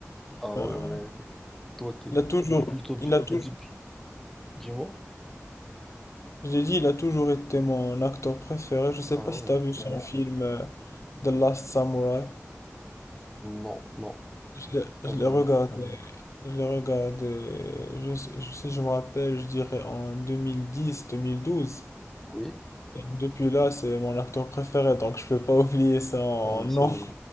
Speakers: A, in the centre; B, on the left.
A: Ah
B: Ben,
A: ouais, ouais. Toi, t'es,
B: il a toujours,
A: t'es plutôt bien.
B: il a toujours,
A: T'es, du- dis-moi.
B: j'ai dit, il a toujours été mon acteur préféré. Je sais
A: Ah
B: pas si
A: ouais.
B: t'as vu son film euh, The Last Samurai.
A: Non, non,
B: Euh,
A: pas
B: Je
A: vraiment.
B: l'ai regardé, je l'ai regardé, je sais- je- si je me rappelle, je dirais en 2010, 2012.
A: Oui.
B: Et Depuis là, c'est mon acteur préféré, donc je peux pas oublier ça en
A: Ah,
B: non.
A: c'est vrai.